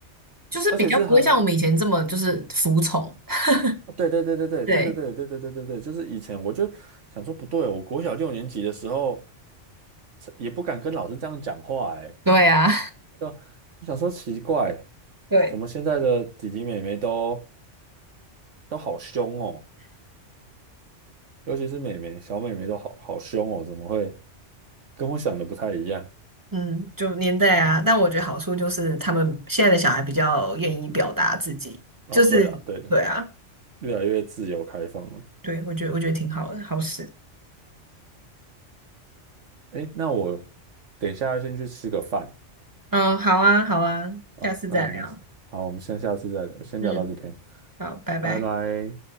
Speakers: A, on the right; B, on the right.
A: 就是比较不会像我们以前这么就是服从。
B: 而且是很，
A: <laughs>
B: 对对对对对对对对对对对对对，
A: 对
B: 就是以前我就想说不对，我国小六年级的时候也不敢跟老师这样讲话，哎，
A: 对啊，
B: 就就想说奇怪，
A: <laughs> 对。
B: 怎么现在的弟弟妹妹都都好凶哦，尤其是妹妹，小妹妹都好好凶哦，怎么会？跟我想的不太一样
A: 嗯，就年代啊，但我觉得好处就是他们现在的小孩比较愿意表达自己，
B: 啊。
A: 就是对啊，
B: 对了，对了，越来越自由开放了。
A: 对，我觉得我觉得挺好的，好事。
B: 诶，那我等一下先去吃个饭
A: 嗯，好啊，好啊，
B: 啊。
A: 下次再聊。
B: 那我们好，我们先下次再聊，先聊到这边，
A: 嗯，好，拜拜。
B: 拜拜。